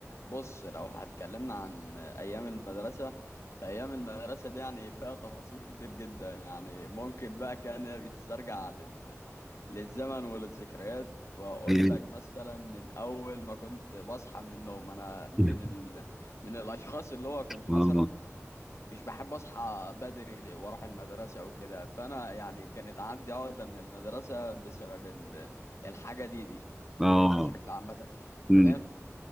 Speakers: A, on the left; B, in the centre.
A: بص لو هتكلمنا عن ايام المدرسه فايام المدرسه دي يعني فيها تفاصيل كتير جدا يعني ممكن بقى كان نسترجع لل... للزمن وللذكريات واقول
B: <laughs>
A: لك مثلا من اول ما كنت بصحى من النوم انا من
B: مم.
A: ال... من الاشخاص اللي هو كنت
B: اه
A: مثلا مش بحب اصحى بدري واروح المدرسه وكده فانا يعني كانت عندي عقده من المدرسه بسبب ال- الحاجه دي دي
B: اه
A: ب- بشكل عامه
B: مم.
A: تمام